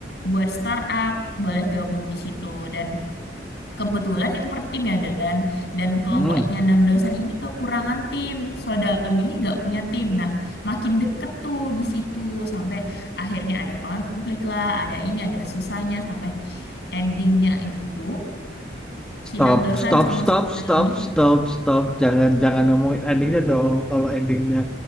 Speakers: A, on the left; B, in the centre.
A: buat startup boleh gabung di situ dan kebetulan itu per tim ya dan dan kelompoknya
B: hmm
A: enam dosen ini kekurangan tim Sodalmi ini nggak punya tim nah makin deket tuh di situ sampai akhirnya ada konflik lah ada ini ada susahnya sampai endingnya itu
B: Stop,
A: si enam dosen
B: stop,
A: sama
B: stop,
A: Sodalmi
B: stop, stop, stop. Jangan, jangan ngomongin endingnya dong. Kalau endingnya,